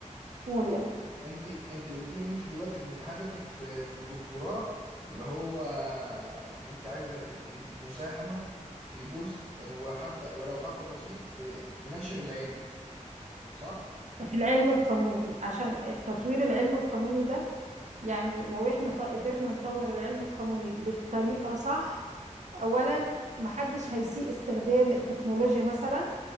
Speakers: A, on the right; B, on the right.
A: قول يلا
B: انت انت قلت لي ان انت دلوقتي ب- هدفك في في الدكتوراه اللي هو ان انت عايزه تبقي مساهمه في جزء وحتى ولو حتى بسيط في في نشر العلم صح؟
A: في العلم القانوني عشان تطوير العلم القانوني ده يعني لو احنا ط- قدرنا نطور العلم القانوني بالطريقة صح اولا محدش هيسيء استخدام التكنولوجيا مثلا